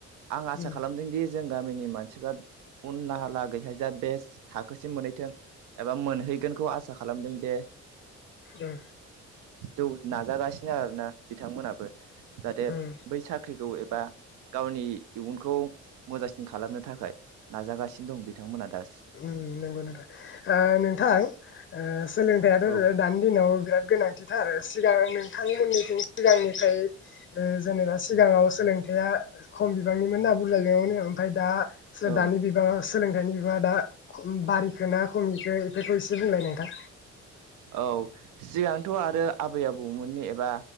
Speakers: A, on the right; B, on the left.
A: आं आसा
B: उम
A: खालामदों दिे जों गामिनि मानसिफ्रा उनलाहागैहाय जा बेस थाखोसिम मोनहैथों, एबा मोनहैगोनखौ आसा खालामदों, जे
B: उम
A: जौ नाजागासिनो आरोना बिथांमोनाबो। जाहाथे
B: उम
A: बै साख्रिखौ एबा गावनि इयुनखौ मोजांसिन खालामनो थाखाय नाजागासिनो दं बिथांमोना दा
B: उम, नंगौ नोंथां ओ नोंथां सोलोंथायाथ
A: औ
B: ओ दानि दिनाव बिराद गोनां बिदिनोआरो सिगां नोंथांमोनिथिं सिगांनिफ्राय जेनेबा, सिगाङाव सोलोंथाइया खम बिबांनिमोन ना बुरजा बिबांमोन, ओमफ्राय दा
A: औ
B: दानि बिबांङा सोलोंथाइनि बिबांङा दा बारिखौ ना खमिखौ बेफोरखौ एसे बुंलाय नोंथां।
A: औ सिगांथ आरो आबै आबौमोननि एबा